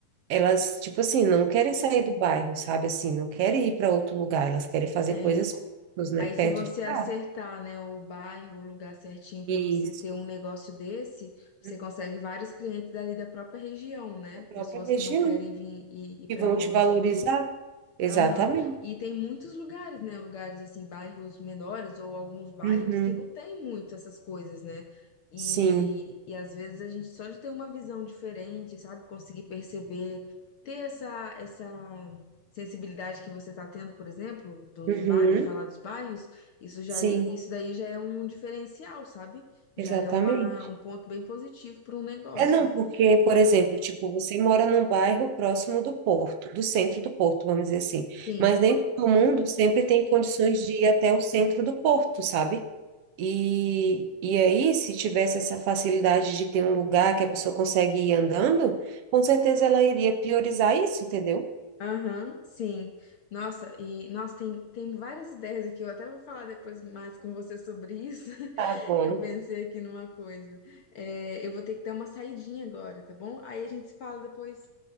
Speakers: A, on the right; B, on the left.
A: elas, tipo assim, não querem sair do bairro, sabe? Assim, não querem ir para outro lugar, elas querem fazer
B: é
A: coisas, né,
B: Aí,
A: perto
B: se você
A: de
B: acertar,
A: casa.
B: né, o bairro, o lugar certinho para
A: Isso.
B: você ter um negócio desse, você
A: Uhum.
B: consegue vários clientes dali da própria região, né?
A: Da própria
B: Pessoas
A: região,
B: que não querem vir e ir
A: que
B: para
A: vão
B: longe.
A: te valorizar. Exatamente.
B: Aham. E tem muitos lugares, né? Lugares assim, bairros menores ou alguns bairros
A: Uhum.
B: que não tem muito essas coisas, né? E,
A: Sim.
B: e às vezes a gente só de ter uma visão diferente, sabe? Conseguir perceber, ter essa, essa sensibilidade que você está tendo, por exemplo, dos
A: Uhum.
B: ba- de falar dos bairros, isso já,
A: Sim,
B: i- isso daí já é um diferencial, sabe? Já
A: exatamente.
B: é uma, um ponto bem positivo para um negócio.
A: É, não, porque, por exemplo, tipo, você mora num bairro próximo do porto, do centro do porto, vamos dizer assim,
B: Sim.
A: mas nem todo mundo sempre tem condições de ir até o centro do porto, sabe? E, e aí, se tivesse essa facilidade de ter um lugar que a pessoa consegue ir andando, com certeza ela iria priorizar isso, entendeu?
B: Aham, sim. Nossa, e nossa, tem, tem várias ideias aqui. Eu até vou falar depois mais com você sobre isso, <laughs>
A: Tá bom.
B: que eu pensei aqui numa coisa. É, eu vou ter que dar uma saidinha agora, tá bom? Aí a gente se fala depois.